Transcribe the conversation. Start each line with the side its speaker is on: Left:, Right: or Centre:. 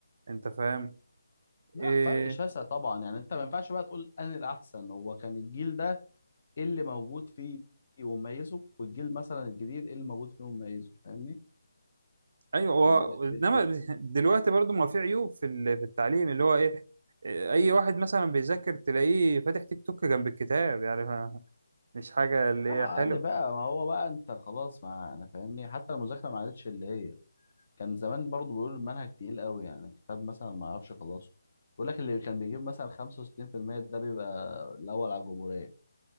Right: انت فاهم
Left: لا
Right: إيه...
Left: فرق شاسع طبعا يعني انت ما ينفعش بقى تقول انا الاحسن هو كان الجيل ده ايه اللي موجود فيه ومميزه والجيل مثلا الجديد ايه اللي موجود فيه ومميزه فاهمني
Right: ايوه هو
Left: يعني ده,
Right: انما
Left: ده الفكره
Right: دلوقتي برضو ما في عيوب في ال- في التعليم اللي هو ايه إيه، اي واحد مثلا بيذاكر تلاقيه فاتح تيك توك جنب الكتاب يعني ما- مش حاجة اللي
Left: لا
Right: هي
Left: عادي
Right: حلوة
Left: بقى ما هو بقى انت خلاص ما انا فاهمني حتى المذاكره ما عادتش اللي هي كان زمان برضو بيقولوا المنهج تقيل قوي يعني الكتاب مثلا ما اعرفش خلاص يقول لك اللي كان بيجيب مثلا 65% ده بيبقى الاول على الجمهوريه